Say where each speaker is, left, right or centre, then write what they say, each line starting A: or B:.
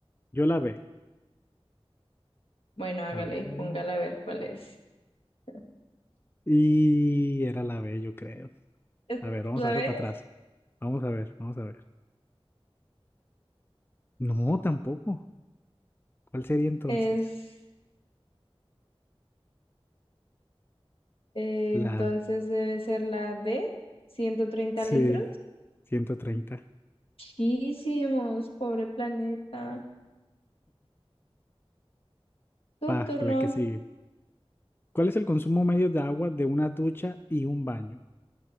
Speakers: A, on the left (about 20°); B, on the left (about 65°).
A: Yo la B,
B: Bueno, hágale,
A: a ver,
B: póngala a ver cuál es. <laughs>
A: y era la B, yo creo.
B: ¿Es
A: A ver, vamos
B: la
A: a darle
B: B?
A: para atrás. Vamos a ver, vamos a ver. No, tampoco. ¿Cuál sería entonces?
B: Es, eh,
A: La
B: entonces
A: D.
B: debe ser la D, 130
A: Sí,
B: litros.
A: 130.
B: Muchísimos, pobre planeta. Tu
A: Va,
B: turno.
A: la que sigue. ¿Cuál es el consumo medio de agua de una ducha y un baño?